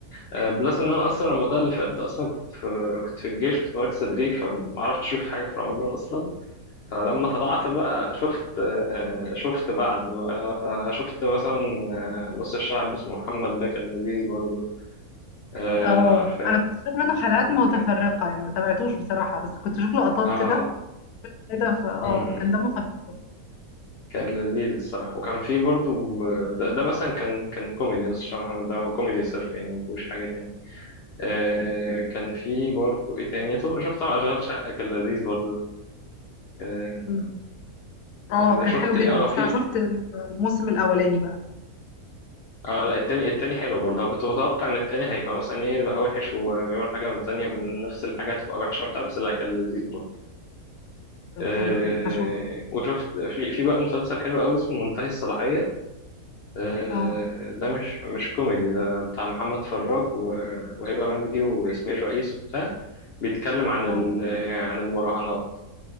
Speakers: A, on the left; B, on the left.
A: آه، بلس ان انا اصلا رمضان اللي فات ده اصلا كنت في كنت في الجيش كنت مركز تدريب فما عرفتش اشوف حاجه في رمضان اصلا فلما طلعت بقى شفت آه، شفت بعد بقى. فشفت مثلا آه، نص الشعب اسمه محمد ده كان لذيذ برضه آه،
B: اه
A: لو عارفاه
B: انا كنت بشوف منه حلقات متفرقه
A: كان-
B: يعني ما تابعتوش بصراحه بس كنت بشوف لقطات
A: اه
B: كده كده ف اه
A: أمم.
B: كان دمه خفيف
A: كان لذيذ الصراحه وكان في برضه آه، ده, ده مثلا كان كان كوميدي نص الشعب محمد ده هو كوميدي صرف يعني ما فيهوش حاجه تاني آه، كان في برضه ايه تاني طب شفت طبعا اشغال شقه كان لذيذ برضه آه،
B: أمم. اه
A: ده
B: كان
A: شفت
B: حلو جدا
A: ايه اه
B: بس
A: في
B: انا شفت الموسم الاولاني بقى
A: اه لا التاني التاني حلو برضه انا كنت متوقع ان التاني هيبقى مثلا ايه بقى وحش وبيعمل حاجه من التانيه من نفس الحاجه تبقى وحشه وبتاع بس لا كان لذيذ برضه
B: طب
A: آه
B: حلو قوي هشوف
A: وشفت في في بقى مسلسل حلو قوي اسمه منتهي الصلاحيه آه
B: اه
A: ده مش مش كوميدي ده بتاع محمد فراج و- وهبه مجدي وياسمين رئيس وبتاع بيتكلم عن
B: اه
A: ال- عن المراهنات